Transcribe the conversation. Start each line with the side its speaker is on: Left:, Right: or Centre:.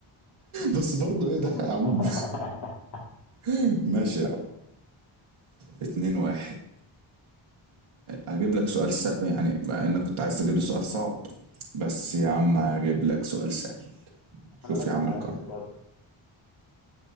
Right: بس برضه ايه ده
Left: <laughs>
Right: يا عم <laughs> ماشي يا عم 2 1 هجيب لك سؤال س... يعني مع انك كنت عايز تجيب لي سؤال صعب بس يا عم هجيب لك سؤال سهل شوف
Left: أنا راجع
Right: يا عم
Left: على
Right: الكرم
Left: قدي برضه